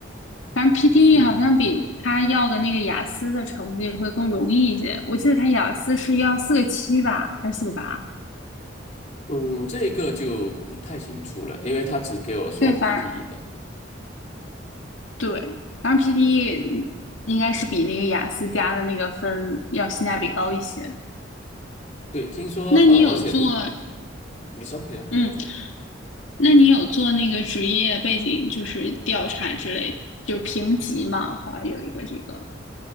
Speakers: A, on the left; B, on the left.
A: 反正 PTE
B: 嗯
A: 好像比他要的那个雅思的成绩会更容易一些。我记得他雅思是要四个七吧，还是四个八？
B: 嗯，这个就不太清楚了，因为他只给我说
A: 对，反正
B: PTE 的。
A: 对，反正 PTE 嗯应该是比那个雅思加的那个分要性价比高一些。
B: 对，听说呃，
A: 那你有做，
B: 而且如你说你说。
A: 嗯，那你有做那个职业背景就是调查之类，就是评级嘛，好像有一个这个。